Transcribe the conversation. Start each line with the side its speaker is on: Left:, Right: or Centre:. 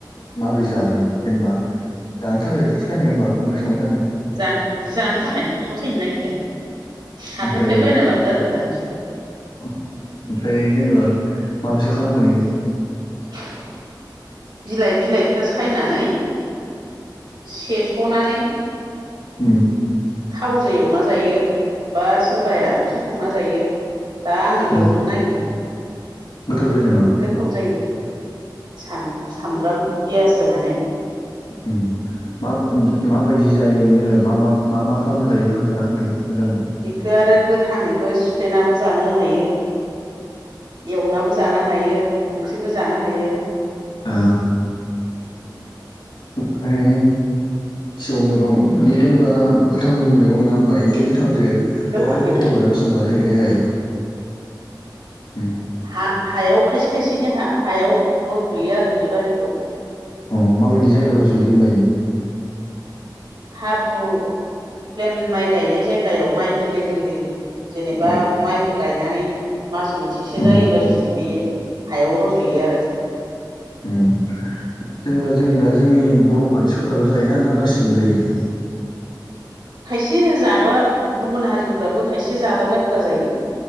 Left: माबोरै जागोन जेनेबा जानो थाखायथ' बेखौ सायाखै होमबा ओंख्रि संनो थाखाय
Right: जा-जानो थाखायनोथ' सायनो नागिरदो हाथायनिफ्राय
Left: ओमफ्राय
Right: बायना लाबोदो आरो दानिसो।
Left: ओमफ्राय जेनेबा माबायसा खालामगोन इखो?
Right: <inaudible> बिलाइ बिलाइखौ सायनानै सेस'नानै
Left: ओम।
Right: थावजों एवना जायो बा सोरबाया ओंख्रि संना जायो दा आं एवनो
Left: औ
Right: नागिरदों
Left: गोथाव जायो नामा
Right: गोथाव जायो साम सामब्राम पियास होनानै
Left: ओम। मा माबायदि जायो जेनेबा मा मा मा मा खालामना जायो बेखौ खोन्थाना होदो मोजाङै।
Right: बिखो आरो गोथाङैबो सिफ्लेेनाबो जानो हायो एवनाबो जानो हायो ओंख्रिबो जानो हायो।
Left: ओ ओमफ्राय सिबौ मैगं बे जेनेबा गोथां मैगं नङा होनबा इखो गोथांजो
Right: गोथां
Left: गोबां
Right: मैगं
Left: प्रटिन मोनो दस' होमबा जोंनि देहायाव। ओम।
Right: हा हायाव खायसे खायसेनि हा हायाव रज'यो आरो दुब्लि बारियाव
Left: ओम माबायदि जायगायाव रज'यो जेनबा इयो?
Right: हाब्रु प्लेन माइ गायनाय जायगायाव माइ गोरलै गोरलै जेनेबा
Left: औ
Right: माइखो गायनानै मास मोनसेसो
Left: उम
Right: जायोबा जुदि बे हायाव रज'यो आरो।
Left: ओम जेनेबा जों दा जोंनि बर' मानसिफोराल' जायोना ना गासिबो जायो?
Right: खायसे जाग्रा गुबुन हारिफोराबो खायसे जादावनायफोरा जायो।